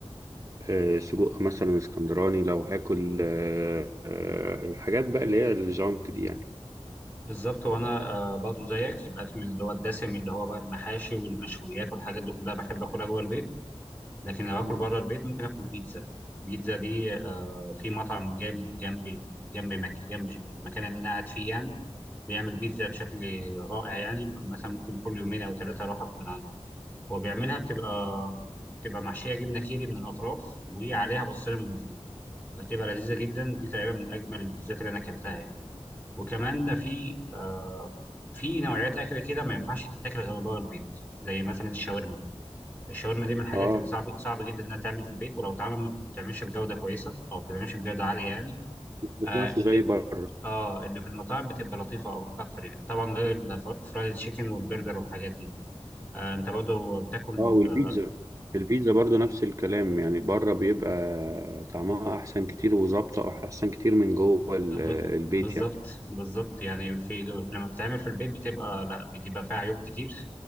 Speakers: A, on the right; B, on the left.
A: آه، سجق مثلا اسكندراني لو هاكل آه، آه، الحاجات بقى اللي هي الجانك دي يعني
B: بالظبط وانا آه، برضو زيك الاكل اللي هو الدسم اللي هو بقى المحاشي والمشويات والحاجات دي كلها بحب اكلها جوه البيت لكن لو اكل
A: مم.
B: بره البيت ممكن اكل بيتزا بيتزا دي آه، في مطعم جامد جنب ال- جنب مك... جنب المكان اللي انا قاعد فيه يعني بيعمل بيتزا بشكل رائع يعني مثلا ممكن كل يومين او ثلاثه اروح اكل من عنده هو بيعملها بتبقى بتبقى محشيه جبنه كيري من الاطراف وعليها بصله من فوق بتبقى لذيذه جدا دي تقريبا من اجمل البيتزات اللي انا اكلتها يعني وكمان في آه في نوعيات اكل كده ما ينفعش تتاكل غير بره البيت زي مثلا الشاورما الشاورما دي من الحاجات
A: اه
B: اللي صعب صعب جدا انها تعمل في البيت ولو اتعمل ما بتتعملش بجوده كويسه او ما بتتعملش بجوده عاليه يعني
A: ما بتطلعش
B: آه اللي
A: زي بره
B: اه اللي في المطاعم بتبقى لطيفه أو- اكتر يعني طبعا غير الفرايد تشيكن والبرجر والحاجات دي آه انت برضه بتاكل
A: اه والبيتزا
B: آه
A: البيتزا برضو نفس الكلام يعني بره بيبقى طعمها احسن كتير وظابطه احسن كتير من جوه ال-
B: ب-
A: البيت
B: بالظبط
A: يعني
B: بالظبط يعني في لما بتتعمل في البيت بتبقى لا بتبقى فيها عيوب كتير